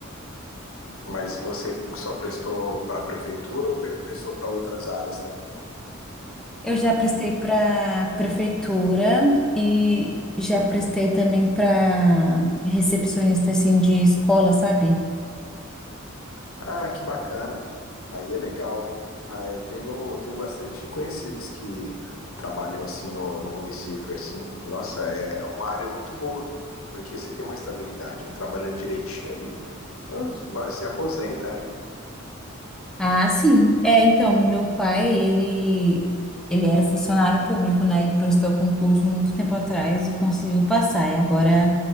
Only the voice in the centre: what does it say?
Eu já prestei para prefeitura e já prestei também para recepcionista assim de escola, sabe?
Ah, sim. É, então, meu pai, ele ele era funcionário público, né? Ele prestou concurso muito tempo atrás e conseguiu passar. E agora